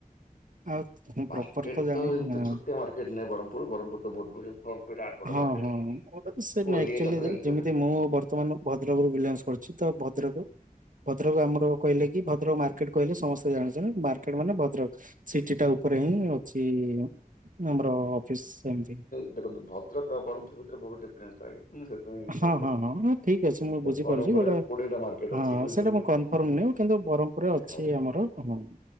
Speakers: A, on the right; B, on the left.
A: ଆଉ ମୁଁ
B: ମାର୍କେଟ
A: ପ୍ରପର ଜାଣିନି
B: ତ ଏମିତି
A: ହଁ।
B: ଛୋଟିଆ ମାର୍କେଟ ନାହିଁ ବ୍ରହ୍ମପୁର ବହ୍ମପୁର ବହୁତ୍ ବଢ଼ିଆ ବିରାଟ ବଡ଼
A: ହଁ
B: ମାର୍କେଟ
A: ହଁ ସେ
B: କୋଉ
A: ନାଇ
B: ଏରିଆ
A: ଆକ୍ଚୁଲି
B: ଟା ତ ଜାଣିଥିବେ
A: ଯେମିତି
B: ନା।
A: ମୁଁ ବର୍ତ୍ତମାନ ଭଦ୍ରକରୁ ବିଲଙ୍ଗସ କରିଚି ତଭଦ୍ରକ ଭଦ୍ରକ ଆମର କହିଲେକି ଭଦ୍ରକ ମାର୍କେଟ କହିଲେ ସମସ୍ତେ ଜାଣିଚନ୍ତି ମାର୍କେଟ ମାନେ ଭଦ୍ରକ ସିଟି ଟା ଉପରେ ହିଁ ଅଛି ଆମର ଅଫିସ ସେମତି।
B: ଦେଖନ୍ତ ଭଦ୍ରକ ବ୍ରହ୍ମପୁର ଭିତରେ ବହୁତ ଡିଫରେନ୍ସ ଥାଏ। <unintelligible>
A: ହଁ
B: କହିଲି।
A: ହଁ ହଁ ହଁ ଠିକ୍ ଅଛି ମୁଁ ବୁଝିପାରୁଛି
B: ବ୍ରହ୍ମପୁରରେ
A: ଗୋଟେ
B: କୋଡିଏଟା ମାର୍କେଟ
A: ହଁ
B: ଅଛି ବୁଝିପାରିଲେ
A: ସେଇଟା ମୁଁ
B: ନା।
A: କନଫର୍ମ ନ କିନ୍ତୁ ବର ଉପରେ
B: ଆଜ୍ଞା
A: ଅଛି
B: ଆଜ୍ଞା
A: ଆମର ହଁ।